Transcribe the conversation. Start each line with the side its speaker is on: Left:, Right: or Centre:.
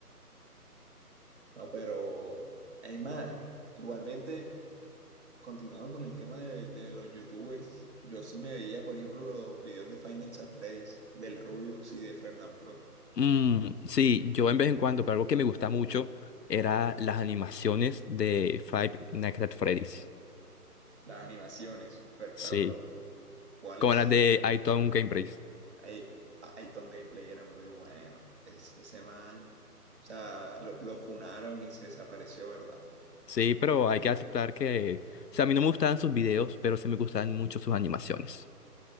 Right: No, pero hay más. Igualmente, continuando con el tema de, de los youtubers, yo sí me veía, por ejemplo, los videos de Five Nights at Freddy's, del Rubius y de Fernanfloo,
Left: Mm, sí, yo en vez en cuando, pero algo que me gusta mucho era las animaciones de Five Nights at Freddy's.
Right: las animaciones, pero,
Left: Sí,
Right: pero cu- ¿cuáles?
Left: como las de I Town Game Race.
Right: Ay- Aiton Gameplay era muy bueno. Es- ese man, o sea, lo, lo funaron y se desapareció, ¿verdad?
Left: Sí, pero hay que aceptar que, o sea, a mí no me gustaban sus videos, pero sí me gustaban mucho sus animaciones.